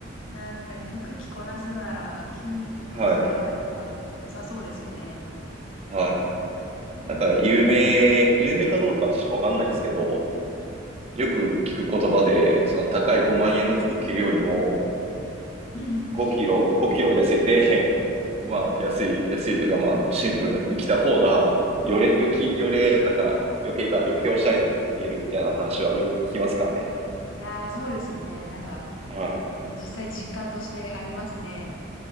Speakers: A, on the left; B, on the right.
A: なったり服着こなすなら筋肉鍛えた方が良さそうですよね。
B: はい。はい。なんか有名、有名かどうかしわかんないですけど、よく聞く言葉で、その高い5万円の服着るよりも、
A: <laughs> うん
B: 5キロ、5キロ痩せて、<laughs>
A: うん。
B: まあ安い、安いというかまあシンプルな服着た方が、よれ、よき、よれ、なんか余計か、余計おしゃれに見えるみたいな話はよく聞きますからね。
A: いやー、そうですよね。なんか
B: はい。
A: 実際実感としてありますね。